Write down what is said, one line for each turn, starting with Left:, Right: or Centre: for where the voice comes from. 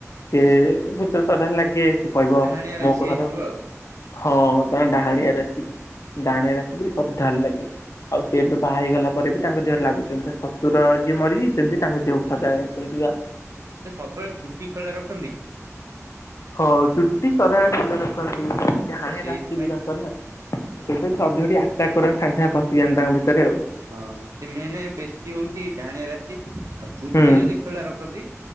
Left: ସେ ଭୂତ ସଦାବେଳେ ଲାଗେ ସେ କହିବ
Right: ହଁ ଡାହାଣିଆ ରାଶି
Left: ମୋ ଘର।
Right: ହେଇଥିବ ଆଉ
Left: ହଁ ତାଙ୍କ ଡାହାଣୀଆ ରାସି ଡାହାଣିଆ ରାଶି ବୋଲି ସଦାବେଳେ ଲାଗେ। ଆଉ ସେ ଏବେ ବାହା ହେଇଗଲା ପରେ ବି ତାଙ୍କ ଦେହରେ ଲାଗୁଛନ୍ତି ଶଶୁର ଯିଏ ମରି ଛନ୍ତି ତାଙ୍କ ଦେହକୁ
Right: ହୁଁ
Left: ସଦାବେଳେ
Right: ସେ ସବୁବେଳେ ଚୁଟି ଖୋଲା ରଖନ୍ତି କି?
Left: ହଁ ଚୁଟି ସଧାବେଳେ ଖୋଲା ରଖନ୍ତି। ଡାହାଣୀ
Right: ସେଇଥିପାଇଁ
Left: <unintelligible> ସେଥିପାଇଁ
Right: ହୁଁ
Left: ସାଙ୍ଗେ ସାଙ୍ଗେ ପଶିଯାଆନ୍ତି ତାଙ୍କ ଭିତରେ ଆଉ।
Right: ହଁ ସେ ମେନ୍ ବେଶୀ ହେଉଛି ଡାହାଣୀଆ ରାଶି। ଆଉ ଚୁଟି
Left: ହୁଁ
Right: ଯଦି ଖୋଲା ରଖନ୍ତି।